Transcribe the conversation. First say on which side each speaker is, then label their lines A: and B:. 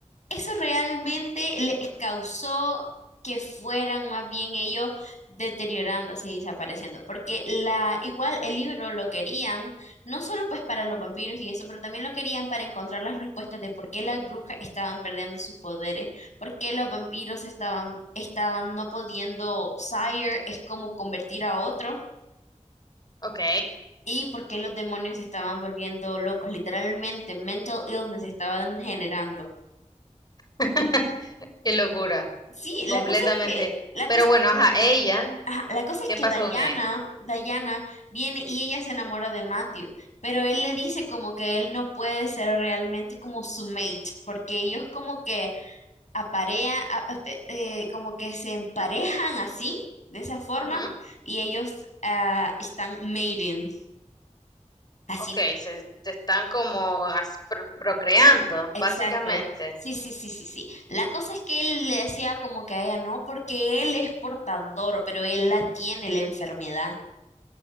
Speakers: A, on the left (about 70°); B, on the left (about 35°).
A: eso realmente les causó que fueran más bien ellos deteriorándose y desapareciendo, porque la igual el libro lo querían no solo pues para los vampiros y eso, pero también lo querían para encontrar las respuestas de por qué las brujas estaban perdiendo sus poderes, por qué los vampiros estaban estaban no pudiendo sire es como convertir a otro.
B: Ok,
A: Y por qué los demonios se estaban volviendo locos, literalmente mental illness estaban generando.
B: <laughs> qué locura,
A: Sí, la
B: completamente.
A: cosa es que, la
B: Pero
A: cosa
B: bueno, ajá, ella,
A: Ajá, la cosa es
B: ¿qué
A: que
B: pasó con
A: Diana,
B: ella?
A: Diana viene y ella se enamora de Matthew, pero él le dice como que él no puede ser realmente como su mate, porque ellos como que aparean, a- a- te- eh, como que se emparejan así, de esa forma,
B: Ujú,
A: y ellos ah, están mating, así,
B: Ok, se, se están como as- pro- procreando,
A: exacto.
B: básicamente,
A: Sí, sí, sí, sí, sí. La cosa es que él le decía como que a ella no, porque él es portador, pero él la tiene la enfermedad.